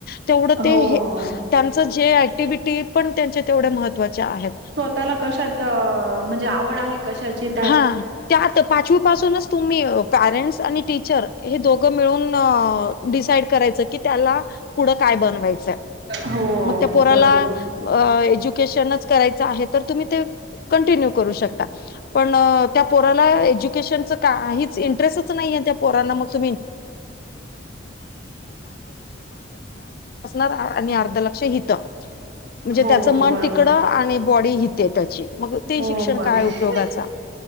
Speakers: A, on the left; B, on the right.
A: तेवढं ते
B: हो
A: त्यांचं जे ऍक्टिव्हटी पण त्यांचे तेवढ्या महत्त्वाच्या आहेत
B: ताला कशात म्हणजे आवड आहे कशाचीित
A: हा त्यात पाचवीपासूनच तुम्ही पॅरेंट्स आणि टीचर हे दोघं मिळून डिसाइड करायच की त्याला पुढं काय बनवायचं
B: हो
A: मग त्या पोराला
B: बरोबर.
A: एज्युकेशनच करायचं आहे तर तुम्ही ते कंटिन्यू करू शकता पण त्या पोराला एज्युकेशनच काहीच इंटरेस्टच नाही आहे त्या पोराांना मग <unintelligible> आणि अर्ध लक्ष हितं म्हणजे
B: हो
A: त्याचं मन
B: बरोबर.
A: तिकडं आणि बॉडी हिते त्याची मग ते
B: हो
A: शिक्षण
B: बरोबर.
A: काय उपयोगा